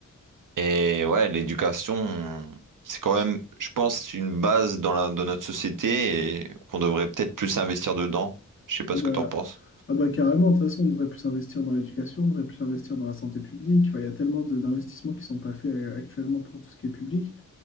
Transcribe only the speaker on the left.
Ah
bah,
ah bah carrément, de toute façon, on devrait plus investir dans l'éducation, on devrait plus investir dans la santé publique. Enfin, il y a tellement de- d'investissements qui sont pas faits euh, actuellement pour tout ce qui est public.